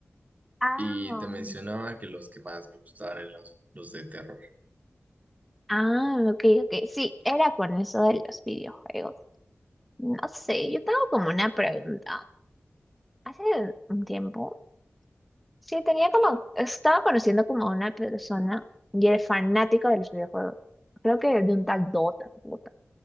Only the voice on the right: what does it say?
Y te mencionaba que los que más me gustaban eran los, los de terror.